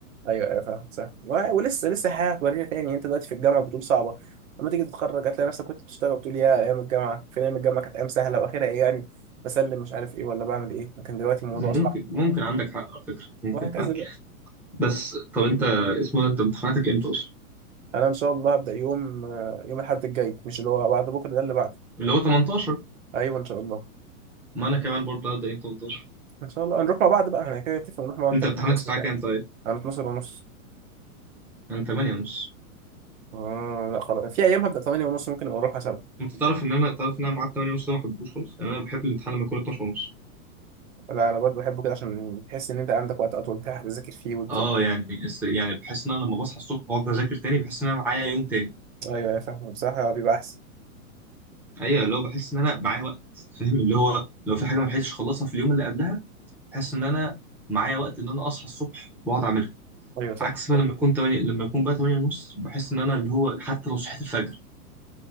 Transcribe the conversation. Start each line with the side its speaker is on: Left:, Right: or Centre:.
Right: ايوه ايوه فاهم صح و- ولسه لسه حياه هتورينا تاني انت دلوقتي في الجامعه بتقول صعبه لما تيجي تتخرج هتلاقي نفسك كنت بتشتغل بتقول يا ايام الجامعه فين ايام الجامعه كانت ايام سهله واخرها ايه يعني بسلم مش عارف ايه ولا بعمل ايه لكن دلوقتي الموضوع
Centre: ممكن
Right: صعب
Centre: ممكن عندك حق على فكرة ممكن
Right: وهكذا
Centre: فعلا
Right: بقى
Centre: بس طب انت اسمه ده انت امتحاناتك امتى اصلا؟
Right: انا ان شاء الله هبدا يوم آه، يوم الاحد الجاي مش اللي هو بعد بكره ده اللي بعده
Centre: اللي هو 18
Right: ايوه ان شاء الله
Centre: ما انا كمان برضه هبدأ يوم 18
Right: ان شاء الله هنروح مع بعض بقى احنا كده نتفق نروح مع بعض
Centre: انت
Right: انت
Centre: امتحانك
Right: بس
Centre: الساعة
Right: كده.
Centre: كام طيب؟
Right: انا 12 ونص
Centre: انا 8 ونص
Right: آه لا خلاص في ايام هبدا 8 ونص ممكن نبقى نروحها سوا
Centre: انت تعرف ان انا تعرف ان انا معاد 8 ونص ده ما بحبوش خالص يعني انا بحب الامتحان لما يكون 12 ونص
Right: لا انا برضو بحبه كده عشان تحس ان انت عندك وقت اطول تلحق تذاكر فيه وتفضل
Centre: اه يعني اس- يعني بحس ان انا لما بصحى الصبح بقعد اذاكر تاني بحس ان انا معايا يوم تاني
Right: ايوه أيوة، فاهمه بصراحه بيبقى احسن
Centre: ايوه اللي هو بحس ان انا معايا وقت فاهم اللي هو لو في حاجة ما لحقتش اخلصها في اليوم اللي قبلها بحس ان انا معايا وقت ان انا اصحى الصبح واقعد اعملها
Right: ايوه صح
Centre: عكس بقى
Right: صح.
Centre: لما اكون تمانية لما اكون بقى تمانية ونص بحس ان انا اللي هو حتى لو صحيت الفجر